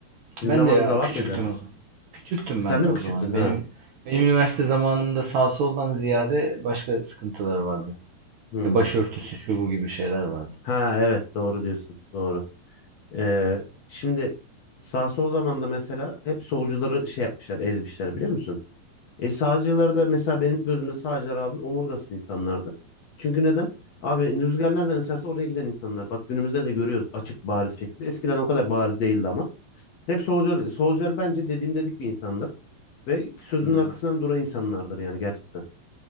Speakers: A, on the left (about 55°); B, on the right (about 65°).
A: Sizin
B: Ben
A: zamanınızda
B: de ya
A: var
B: küçüktüm
A: mıydı?
B: o zaman. Küçüktüm
A: Sen
B: ben
A: de
B: de
A: mi
B: o
A: küçüktün
B: zaman.
A: ha?
B: Benim benim üniversite zamanımda sağ soldan ziyade başka sıkıntılar vardı.
A: Hmm.
B: İşte başörtüsü şu bu gibi şeyler vardı.
A: Ha evet doğru diyorsun. Doğru. Ee, şimdi sağ sol zamanda mesela hep solcuları şey yapmışlar, ezmişler biliyor musun? E sağcılar da mesela benim gözümde sağcılar abi omurgasız insanlardır. Çünkü neden? Abi rüzgar nereden eserse oraya giden insanlar. Bak günümüzde de görüyoruz açık bariz şekilde. Eskiden o kadar bariz değildi ama. Hep solcular, solcular bence dediğim dedik bir insandır. Ve sözünün
B: Hı,
A: arkasından duran insanlardır yani gerçekten.